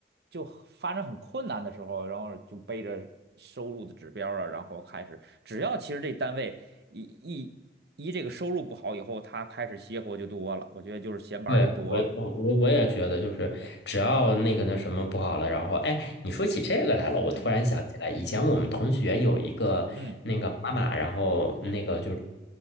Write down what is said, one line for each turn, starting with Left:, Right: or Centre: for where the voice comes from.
Right: 就发展很困难的时候，然后就背着收入的指标啊，然后开始，只要其实这单位一一一这个收入不好以后，他开始邪活就多了，我觉得就是闲班儿就多了，
Left: 对，我我我我也觉得，就是只要那个那什么不好了，
Right: 对，
Left: 然后哎，你说起这个来了，我突然想起来，
Right: 嗯
Left: 以前我们同学有一个那个妈妈，
Right: 嗯
Left: 然后那个就是
Right: 嗯。